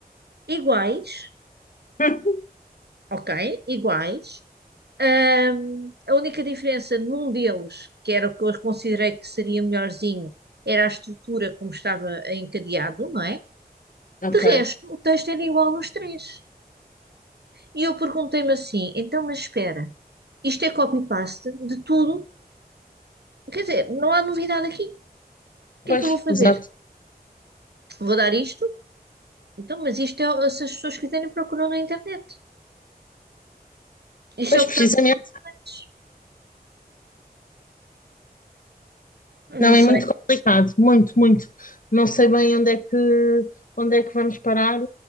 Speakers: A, on the right; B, on the left.
A: iguais,
B: <laughs>
A: ok? Iguais. Ahm, a única diferença num deles, que era o que eu considerei que seria melhorzinho, era a estrutura como estava encadeado, não é?
B: Ok.
A: De resto, o texto era igual nos três. E eu perguntei-me assim: então, mas espera, isto é copy-paste de tudo? Quer dizer, não há novidade aqui. O que
B: Pois,
A: é que eu vou fazer?
B: exato.
A: Vou dar isto Então, mas isto é, o- se as pessoas quiserem procuram na internet. Isto
B: Pois,
A: é o que
B: precisamente.
A: está nos outros. Não
B: Não,
A: sei.
B: é muito complicado. Muito, muito. Não sei bem onde é que, onde é que vamos parar,